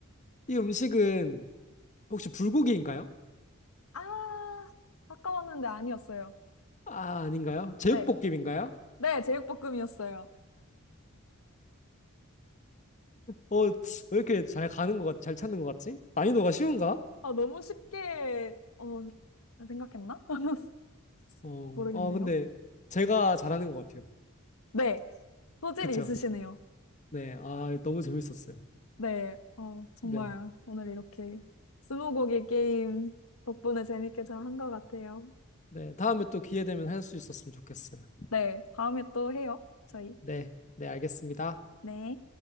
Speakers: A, on the left; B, on the left.
A: 이 음식은 혹시 불고기인가요?
B: 아, 아까웠는데 아니었어요.
A: 아, 아닌가요? 제육볶음인가요?
B: 네, 네, 제육볶음이었어요.
A: 어, 왜 이렇게 잘 가는 것 같, 잘 찾는 것 같지? 난이도가 쉬운가?
B: 아, 너무 쉽게, 어, 생각했나? <laughs>
A: 어,
B: 모르겠네요.
A: 어, 근데 제가 잘하는 것 같아요.
B: 네, 소질이
A: 그쵸?
B: 있으시네요.
A: 네, 아, 너무 재밌었어요.
B: 네, 어, 정말
A: 네,
B: 오늘 이렇게 스무고개 게임 덕분에 재밌게 잘 한 것 같아요.
A: 네, 다음에 또 기회 되면 할 수 있었으면 좋겠어요.
B: 네, 다음에 또 해요, 저희.
A: 네, 네, 알겠습니다.
B: 네.